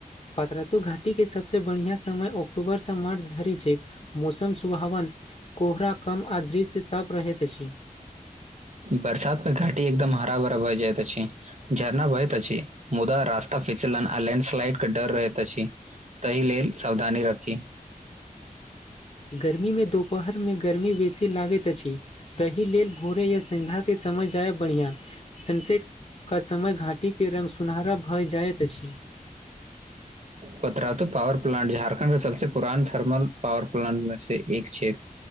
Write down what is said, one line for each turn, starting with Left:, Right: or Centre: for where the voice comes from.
Left: पात्रातो घाटी के सबसँ बढ़िआँ समय, अक्टूबरसँ मार्च धरि छै। मौसम सुभावन, कोहरा कम, आ दृश्य सब रहैत अछि।
Right: बरसात मे घाटी, एकदम हरा -भरा भए जाइत अछि। झरना बहैत अछि, मुदा रास्ता फिसलन, आ लैंडस्लाइड के डर रहैत अछि। ताहि लेल सावधानी रखी।
Left: गर्मीमे, दुपहरमे गर्मी बेसी लागैत अछि। ताहि लेल भोरे या, सध्या के समय जाय बढ़िआँ, सनसेट क समय घाटीके रङ्ग सुनहरा भऽ जाइत अछि।
Right: पत्ररा त पॉावर प्लांट, झारखण्ड के सबस पुरान थर्मल पावर प्लांट मे से, एक छै।